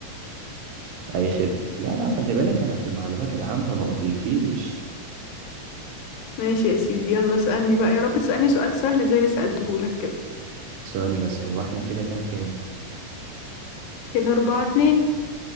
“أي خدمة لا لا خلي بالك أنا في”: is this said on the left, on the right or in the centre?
Right